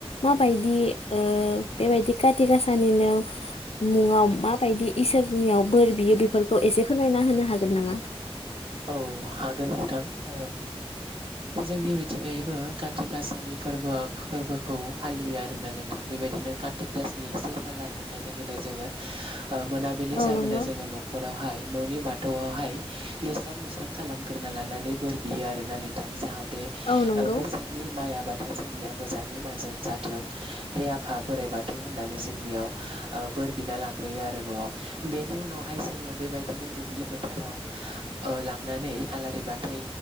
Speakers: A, on the left (about 75°); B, on the right (about 55°).
A: माबायदि ओ बेबायदि काति गासानिनो मुङाव माबायदि इसोरनियाव बोर बियो बेफोरखौ एसे फोरमायना होनो हागोन नामा?
B: औ हागोन नोंथां ओ जोंनि बिथिंआयबो काति गासानि फोर्बोआ फोर्बोखौ फालियो आर दा नोंथां बेबायदिनो काथि <unintelligible> नि से खालार मोननाय लोगो लोगो जोङो हो मोनाबिलि
A: औ
B: जाबोला
A: नंगौ।
B: जोङो नखर बेवहाय न'नि बाथौआवहाय लिरस्रां लुस्रां खालामग्रोना लानानै बोर बियो आरोना नोंथां जाहाथ बे
A: औ नंगौ
B: बोसोरनि माइ <unintelligible> बादा जोंनिया मोजाङै मोजां जाथों हे आफा बोराइ बाथौ होननानै जोंनियाव ओ बोर बिना लाग्रोयो आरो न'आव बेनि उनावहाय जोङो बेबायदिनो दुब्लि फोथाराव ओ लांनानै आलारि बाथै